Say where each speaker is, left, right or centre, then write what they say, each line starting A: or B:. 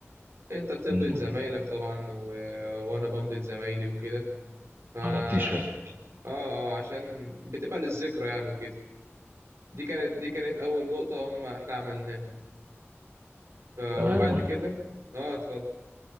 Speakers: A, on the right (about 70°); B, on the right (about 50°).
A: انت بتمضي
B: م.
A: لزمايلك طبعا و... وانا بمضي لزمايلي وكده ف اه
B: على التيشيرت
A: اه عشان بتبقى للذكرى يعني وكده دي كانت دي كانت اول نقطة هم احنا عملناها ف... وبعد
B: تمام
A: كده اه اتفضل